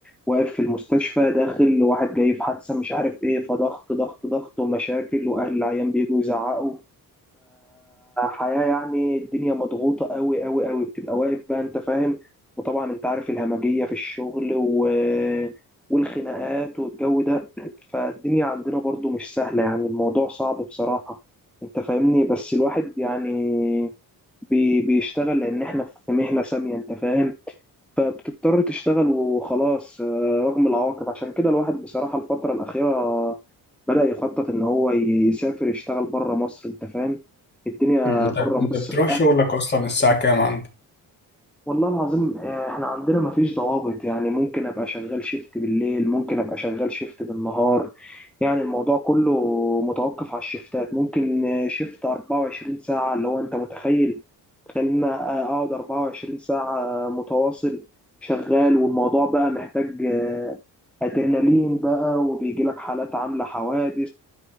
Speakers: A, in the centre; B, on the left.
A: واقف في المستشفى داخل واحد جاي في حادثة مش عارف ايه فضغط ضغط ضغط ومشاكل واهل العيان بيجوا يزعقوا فحياة يعني الدنيا مضغوطة قوي قوي قوي بتبقى واقف بقى انت فاهم وطبعا انت عارف الهمجية في الشغل و... والخناقات والجو ده فالدنيا عندنا برضو مش سهلة يعني الموضوع صعب بصراحة انت فاهمني بس الواحد يعني بي... بيشتغل لان احنا في مهنة سامية انت فاهم فبتضطر تشتغل وخلاص آه، رغم العواقب عشان كده الواحد بصراحة الفترة الأخيرة بدأ يخطط إن هو يسافر يشتغل بره مصر أنت فاهم الدنيا
B: مم. انت
A: بره
B: امم انت
A: مصر
B: بتروح شغلك اصلا الساعة كام عندك
A: والله العظيم آه، احنا عندنا مفيش ضوابط يعني ممكن ابقى شغال شيفت بالليل ممكن ابقى شغال شيفت بالنهار يعني الموضوع كله متوقف على الشيفتات ممكن آه، شيفت 24 ساعة اللي هو انت متخيل تخيل ان أنا اقعد 24 ساعة متواصل شغال والموضوع بقى محتاج آه، ادرينالين بقى وبيجي لك حالات عاملة حوادث